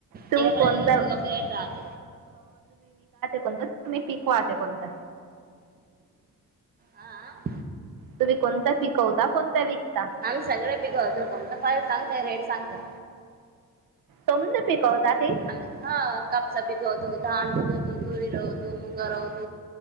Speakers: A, on the right; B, on the right.
A: तुम्ही
B: इककट
A: कोणतं
B: राहत
A: कोणत तुम्ही पिकू कोणत.
B: आह.
A: तुम्ही कोणता पिकवता कोणता विक.
B: आम्ही सगळे पिकवतो कोणत फ सांगताय रेट सांगता.
A: समंद पीिक जा.
B: आणि हा कापसा पीकवत धान पीकवत तुरी रवत मुगा रवत.